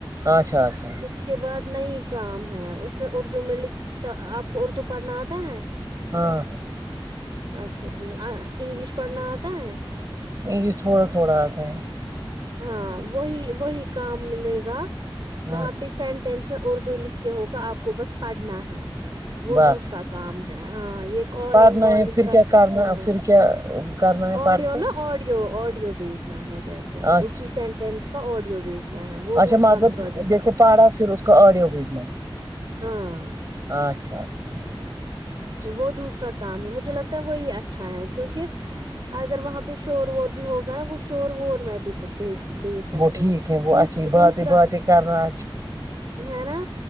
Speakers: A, on the right; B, on the right.
A: اچھا اچھا اچھا
B: اس کے بعد نہیں کام ہے اس میں اردو میں لکھتا آپ کو اردو پڑھنا آتا ہے
A: ہاں
B: اچھا ٹھیک انگلش پڑھنا آتا ہے
A: انگلش تھوڑا تھوڑا آتے ہیں
B: ہاں وہی وہی کام ملے گا وہاں
A: ہاں
B: پہ سینٹ ٹینس میں اردو لکھ کے ہوگا آپ کو بس پڑھنا ہے وہ
A: بس
B: دوسرا کام ہے ہاں یہ کالنگ
A: پڑھنا
B: والالنگ
A: ہے پھر
B: کا
A: کیا
B: سسٹم
A: کرنا
B: ہے
A: پھر کیا کرنا ہے
B: آڈیو
A: پڑھ کے
B: نا آڈیو آڈیو بھیجنا ہے جیسے
A: اچھا
B: اسی سینٹینس کا آڈیو بھیجنا ہے وہ
A: اچھا
B: دوسرا
A: مطلب
B: پروجیکٹ
A: دیکھو پاڑھا پھر اس کو آڈیو بھیجنا
B: ہاں
A: اچھا اچھا اچھا
B: وہ دوسرا کام ہے مجھے لگتا ہے وہی اچھا ہے کیونکہ اگر وہاں پہ شور وور بھی ہوگ نا وہ شور وور اور میں بیچ سکتے
A: وہ ٹھیک
B: ہیں
A: ہے وہ
B: دوس
A: اچھی
B: دوسرا
A: باتیں باتیں کرنا اچھا
B: ہے نا